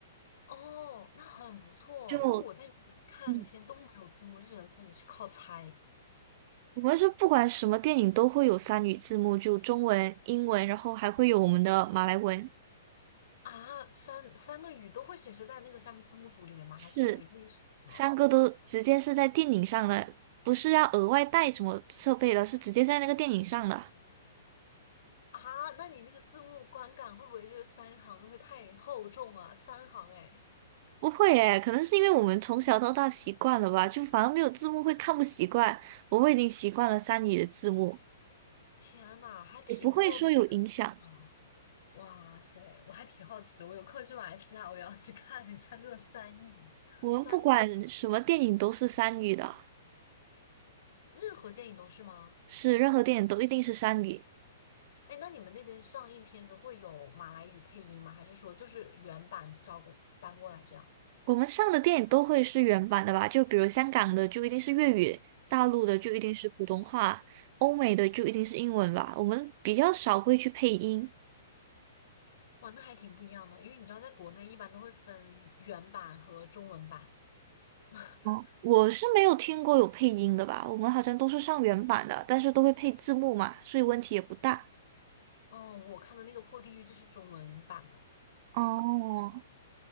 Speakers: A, on the left (about 65°); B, on the right (about 45°).
A: 哦，那很不错，
B: 就
A: 因为我在英语看片都没有字幕，
B: 嗯，
A: 就只能自己去靠猜
B: 我们是不管什么电影都会有三语字幕，就中文、英文，然后还会有我们的马来文，
A: 啊。三三个语都会显示在那个下面字幕组里面吗？
B: 是
A: 还是你可以自己选择？
B: 三个都直接是在电影上的，不是要额外带什么设备的，是直接在那个电影上的。
A: 啊，那你那个字幕观感会不会就是三行都会太厚重啊？三行哎，
B: 不会诶，可能是因为我们从小到大习惯了吧，就反而没有字幕会看不习惯。我们已经习惯了三语的字幕，
A: 天呐，还挺特别的呢。
B: 也不会说有影响。
A: 哇塞，我还挺好奇的，我有空去马来西亚，我也要去看一下这个三译，
B: 我们不管什么电影都是三语的，
A: 三个字，任何电影都是吗？
B: 是任何电影都一定是三语。
A: 哎，那你们那边上映片子会有马来语配音吗？还是说就是原版照过搬过来这样？
B: 我们上的电影都会是原版的吧？就比如香港的就一定是粤语，大陆的就一定是普通话，欧美的就一定是英文吧。我们比较少会去配音。
A: 哇，那还挺不一样的，因为你知道在国内一般都会分原版和中文版。<laughs>
B: 哦，我是没有听过有配音的吧？我们好像都是上原版的，但是都会配字幕嘛，所以问题也不大。
A: 哦，我看的那个《破地狱》就是中文版的。
B: 哦，